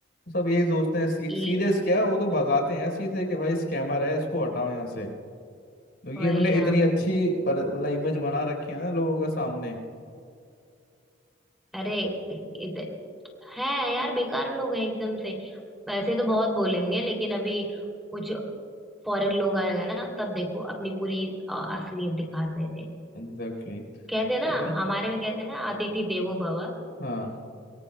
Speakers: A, on the left; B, in the centre.
A: सब यही सोचते हैं सी,
B: ई
A: सीरियस क्या है वो तो भगाते हैं सीधे कि भाई स्कैमर है इसको हटाओ यहाँ से क्योंकि
B: वही
A: इन्होंने
B: ना
A: इतनी अच्छी पर मतलब इमेज बना रखी है ना लोगों के सामने
B: अरे इधर है यार बेकार लोग हैं एकदम से वैसे तो बहुत बोलेंगे लेकिन अभी कुछ फॉरेन लोग आए हुए हैं ना तब देखो अपनी पूरी अ, असलियत दिखा देते हैं
A: एग्जैक्टली
B: कहते हैं ना
A: इवन
B: हमारे में कहते हैं ना अतिथि देवो भव
A: हाँ